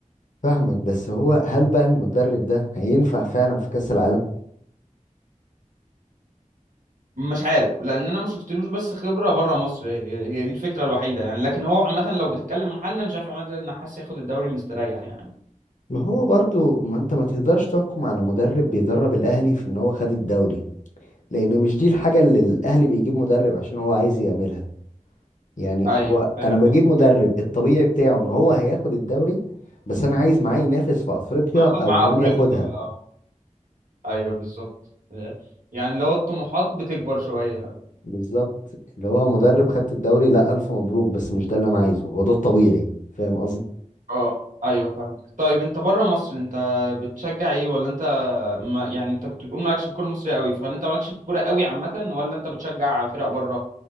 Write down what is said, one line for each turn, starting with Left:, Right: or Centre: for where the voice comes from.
Left: فاهمك بس هو هل بقى المدرب ده هينفع فعلا في كاس العالم
Right: مش عارف لان انا ما شفتلوش بس خبره بره مصر هي هي دي الفكره الوحيده يعني لكن هو عامه لو بتتكلم محل انا شايف عماد النحاس ياخد الدوري مستريح يعني
Left: ما هو برضو ما انت ما تقدرش تحكم على مدرب بيدرب الاهلي في ان هو خد الدوري لان مش دي الحاجه اللي الاهلي بيجيب مدرب عشان هو عايز يعملها يعني
Right: ايوه
Left: هو
Right: فاهم
Left: انا بجيب
Right: قصدي
Left: مدرب الطبيعي بتاعه ان هو هياخد الدوري بس انا عايز معاه ينافس في افريقيا
Right: وياخد
Left: او
Right: معاه
Left: كمان
Right: افريقيا
Left: ياخدها
Right: بقى ايوه بالظبط يعني لو الطموحات بتكبر شويه
Left: بالظبط اللي هو مدرب خدت الدوري لا الف مبروك بس مش ده اللي انا عايزه هو ده الطبيعي فاهم
Right: اه ايوه فاهمك طيب انت بره مصر انت بتشجع ايه ولا انت ما يعني انت كنت بتقول مالكش في الكوره المصريه قوي فهل انت مالكش في الكوره قوي عامه ولا انت بتشجع فرق بره